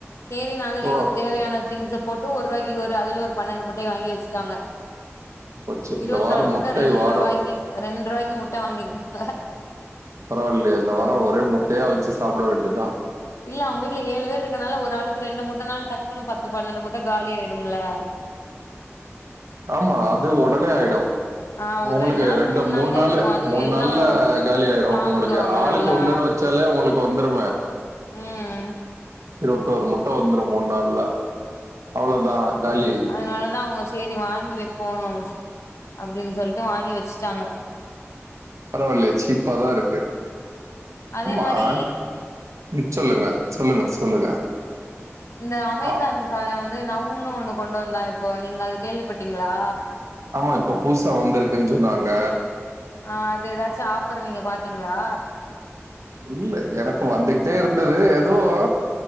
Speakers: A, on the left (about 75°); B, on the right (about 90°).
A: சேரினு அதுலயு
B: ஓ
A: ஒரு தேவையான திங்ஸ போட்டு ஒருவாக்கி இவரு அதுல ஒரு பன்னெண்டு முட்டய வாங்கி வச்ட்டாங்க
B: போச்சு
A: இருவத்து
B: இந்த வாரம்
A: நாலு முட்ட
B: முட்டை
A: ரெண்ட்ருவாய்க்கு
B: வாரம்
A: ரெண்ட்ருவாய்க்கு முட்ட வாங்கிருக்காங்க
B: பரவால்லையே இந்த வாரோ ஒரே முட்டையா வச்சு சாப்ட வேண்டிதா
A: இல்ல அவுங்க வீட்ல ஏழு வேர் இருக்கனால ஒரு ஆளுக்கு ரெண்டு முட்டனாலும் டக்குனு பத்து பன்னெண்டு முட்ட காலி ஆயிடும்ல <inaudible>
B: ஆமா அது ஒடனே ஆயிடு
A: ஆ ஒரு
B: உங்களுக்கு
A: நாள்
B: ரெண்டு
A: நாள்
B: மூணு
A: தா
B: நாளு
A: இருக்கு அதுவு
B: மூணு
A: எல்லா
B: நாள்ல காலி ஆயிரும்
A: சாப்டுவாங்க
B: உங்களுக்கு ஆளுக்கு
A: நல்லா
B: ஒண்ணுன்னு வ வச்சாலே உங்களுக்கு வந்துருமே
A: ம் ம்
B: இருவத்தோரு முட்ட வந்துரும் மூண் நாள்ல அவ்ளோதா காலி
A: அதனாலதா அவுங்க சேரி வாங்கி வெப்போம் அப்டின்னு சொல்ட்டு வாங்கி வெச்ட்டாங்க
B: பரவால்லையே சீப்பாதாருக்கு
A: அதே
B: அம்மான்
A: மாரி
B: ம் சொல்லுங்க சொல்லுங்க சொல்லுங்க
A: இந்த அமேசான்
B: ஆ
A: காரே வந்து நவ்னு ஒண்ணு கொண்டு வந்தா இப்போ நீங்க அத கேள்விப்பட்டீங்களா
B: ஆமா இப்ப புதுசா வந்துருக்குன்னு சொன்னாங்க
A: ஆ அது ஏதாச்சும் ஆஃபர் நீங்க பாத்தீங்களா
B: இல்ல எனக்கு வந்துட்டே இருந்துது எதோ ஓ